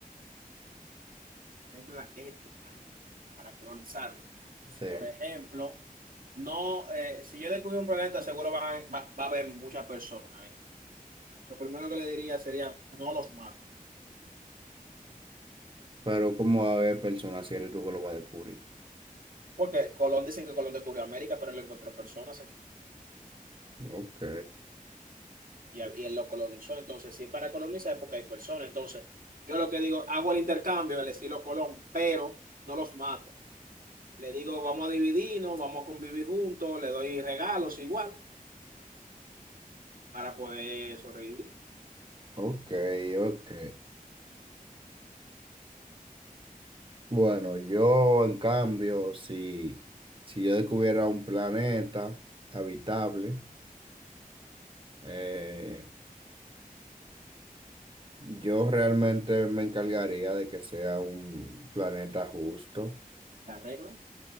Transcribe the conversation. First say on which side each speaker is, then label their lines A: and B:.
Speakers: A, on the right; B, on the right.
A: regla ética. para colonizarlo.
B: sí.
A: Por ejemplo, no, eh, si yo descubro un planeta, seguro van- va, va a haber muchas personas ahí. Lo primero que le diría sería, no los maten.
B: Pero ¿cómo va a haber personas si eres tú que lo va a descubrir?
A: Porque Colón dicen que Colón descubrió América, pero él encontró personas aquí
B: Ok,
A: y, a- y él lo colonizó. Entonces, si es para colonizar, es porque hay personas. Entonces, yo lo que digo, hago el intercambio al estilo Colón, pero no los mato. Le digo, vamos a dividirnos, vamos a convivir juntos, le doy regalos igual. para poder sobrevivir.
B: ok, ok. Bueno, yo en cambio, si, si yo descubiera un planeta habitable, Eh, yo realmente me encargaría de que sea un planeta justo,
A: La regla.